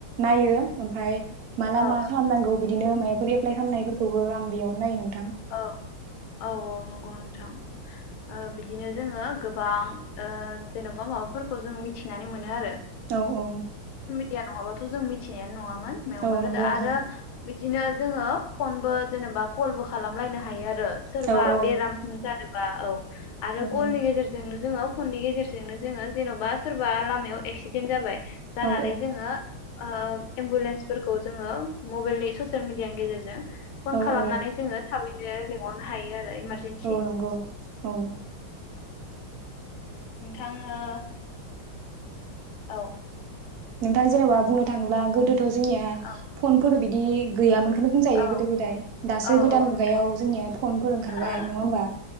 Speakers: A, on the right; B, on the left.
A: नायो। ओमफ्राय माला
B: औ
A: मा खालामनांगौ बि दिनो माबाफोर एप्लाइ खालामनायफोरखौबो आं बेयावनो नायङो नों
B: औ औ औ नंगौ नों थां ओ बिदिनो जोङो। गोबां ओ जेनबा माबाफोरखौ जों मिथिनानै मोनो आरो
A: औ औ
B: डिया नङाबाथ' जों मिथिनायानो नङा मोन मायाव
A: औ
B: मा जादों
A: नंगौ नोंथां
B: आरो बिदिनो जोंङो। फनबो जेनेबा कलबो खालामलायनो हायो आरो ओ सोरबा
A: औ औ
B: बेरामसिम जादों बा औ आरो
A: औ औ
B: कलनि गेजेरजोंनो जोङो फननि गेजेरजोंनो जोङो जेनबा सोरबा लामायाव एक्सिडेन्ट जाबाय जानानै
A: औ
B: जोङो ओ एम्बुलेन्सफोरखौ जोङो मबाइलनि ससियेल मिडियानि गेजेरजों फन
A: औ
B: खालामनानै
A: औ
B: जोङो थाबैनो लिंहरनो हायो आरो। इमारजेन्सि
A: औ नोंगौ औ
B: नोंथां ओ औ
A: नोंथां जेनेबा बुंनो थाङोब्ला गोदो थ जोंनिया
B: औ
A: फनफोर बि दि गैयामोन बेखौनो बुंजायो
B: औ
A: गोदो गोदाय दासो
B: औ
A: गोदान
B: औ नोंथां
A: मुगायाव जोंनिया फनफोर ओंखारबाय
B: औ
A: नङा होमबा